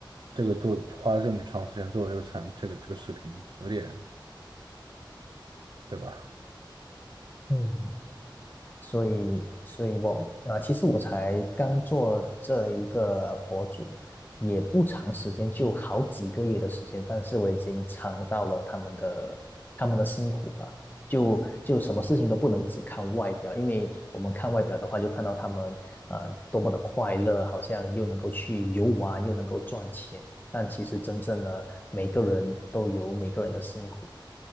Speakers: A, on the right; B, on the left.
A: 这个做花了这么长时间做这个产这个这个视频，有点，对吧？
B: 嗯，所以，所以我啊、呃其实我才刚做这一个博主，也不长时间，就好几个月的时间，但是我已经尝到了他们的他们的辛苦吧。就就什么事情都不能只看外表，因为我们看外表的话，就看到他们呃多么的快乐，好像又能够去游玩，又能够赚钱，但其实真正的每个人都有每个人的辛苦。